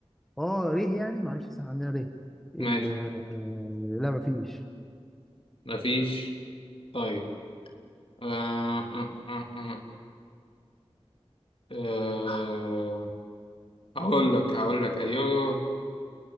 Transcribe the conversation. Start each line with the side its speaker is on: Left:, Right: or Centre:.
Centre: اه ريه يعني معلش بس عندنا ريه ال
Left: ماشي
Centre: آه، لا مفيش
Left: مفيش طيب آه آه آه آه. آه، هقول لك هقول لك ايوه